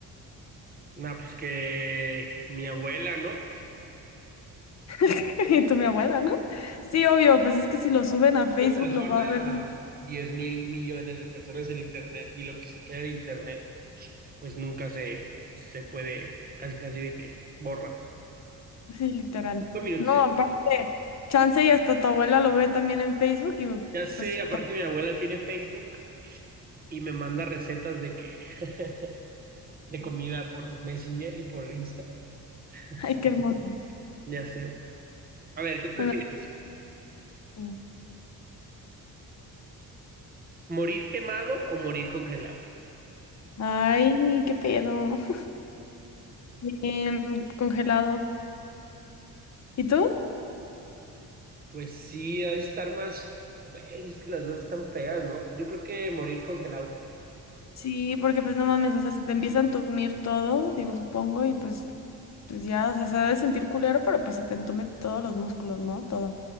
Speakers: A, on the right; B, on the left.
A: Nah, pues que mi abuela, ¿no?
B: <laughs> Y tú, mi abuela, ¿no? Sí, obvio, pues es que si lo suben a Facebook
A: Una persona,
B: lo va a ver,
A: diez mil millones de personas en Internet y lo que se queda en Internet, pues nunca se, se puede casi casi de que borra.
B: sí, literal.
A: Cinco minutos,
B: No, aparte, chance y hasta tu abuela lo ve también en Facebook y
A: ya sé,
B: pues
A: aparte mi abuela tiene Facebook y me manda recetas de que <laughs> de comida por Messenger y por Insta. Entonces,
B: Ay, qué hermoso.
A: ya sé. A ver, ¿qué prefieres?
B: Bueno, sí.
A: ¿Morir quemado o morir congelado?
B: ay, qué pedo. <laughs> Em, congelado. ¿Y tú?
A: Pues sí, ha de estar más. Bueno, es que las dos están feas, ¿no? Yo creo que morir congelado también.
B: Sí, porque pues no mames, o sea, se te empieza a entumir todo, digo, supongo, y pues, pues ya, o sea, se debe sentir culero, pero pues se te entume todos los músculos, ¿no? Todo.